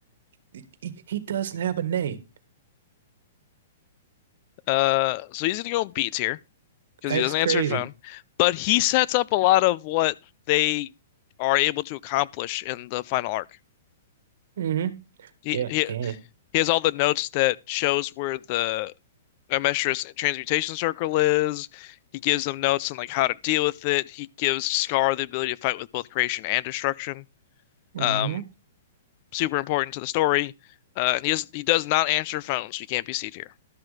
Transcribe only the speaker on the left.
Uh, so he's gonna go B tier. because
he doesn't
answer phone. But he sets up a lot of what they are able to accomplish in the final arc.
He
he,
he has all the notes that shows where the Amestris transmutation circle is. He gives them notes on like how to deal with it. He gives Scar the ability to fight with both creation and destruction.
Um, super important to the story. Uh, and he is, he does not answer phones. So You can't be seated here.